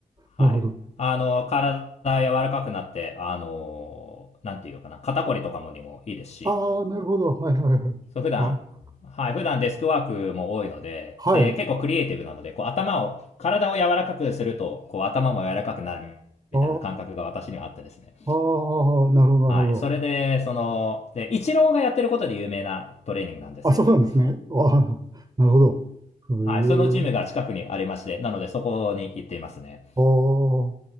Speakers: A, on the left; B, on the right.
A: はい。
B: なるほど。
A: あの、体柔らかくなって、あの、なんていうかな、肩こりとかもにもいいですし、
B: ああ、なるほど。はいはいはい。
A: そう、普段、
B: あ、
A: はい、普段デスクワークも多いので、
B: はい。
A: で、結構クリエイティブなので、こう頭を、体を柔らかくすると、こう頭も柔らかくなるみたいな感覚が私にはあってですね。
B: ああ。ああ、なるほど、
A: はい。
B: なるほど。
A: それで、その、で、イチローがやってることで有名なトレーニングなんですけど、
B: あ、そうなんですね。ああ、なるほど。へえ。
A: はい。そのジムが近くにありまして、なのでそこに行っていますね。
B: ああ、